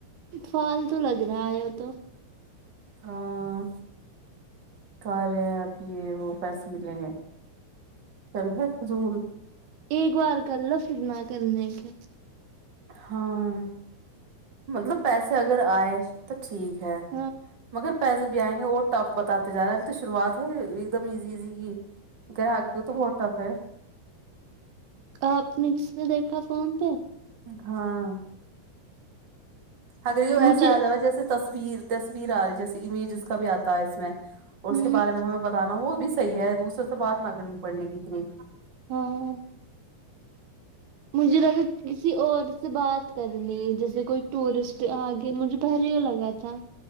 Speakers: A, on the right (about 75°); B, on the right (about 30°).
A: فال تو لگ رہا ہے تو
B: ہاں کر اب یہ وہ پیسے ملیں گے کردو فضول
A: ایک بار کر لو پھر نہ کرنے کے
B: ہاں مطلب پیسے اگر آئے تو ٹھیک ہے
A: ہاں
B: مگر پیسے بھی آئیں گے اور ٹف بتاتے جا رہا ہے ابھی تو شروعات ہے ایک دم ایزیزی گرا <unintelligible> ٹاف ہے
A: آپ نے کس نے دیکھا فون پے
B: ہاں اگر ایسا
A: مجھے
B: آ جایگا جیسے تصویر تصویر آ رہی جیسے امیجز کا بھی آتا ہے اس میں اور اس
A: ہوں
B: کے بارے میں ہمیں بتانا وہ بھی صحی ہے دوسرے سے بات نہ کرنی پڑنے گی اتنی
A: ہاں مجھے لگا کسی اور سے بات کرنی جیسے کوئی ٹورسٹ آگ کہ مجھے پہلے یے لگا تھا